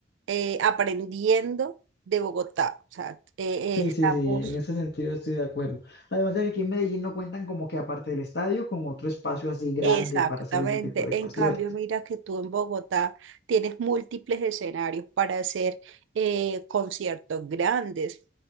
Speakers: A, on the right; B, on the left.
A: eh, aprendiendo de Bogotá. O sea, eh,
B: Sí,
A: eh, estamos
B: sí, sí, en ese sentido estoy de acuerdo. Además de que aquí en Medellín no cuentan como que aparte del estadio, con otro espacio así grande
A: Exactamente.
B: para hacer ese tipo de
A: En
B: conciertos.
A: cambio, mira que tú en Bogotá tienes múltiples escenarios para hacer eh, conciertos grandes.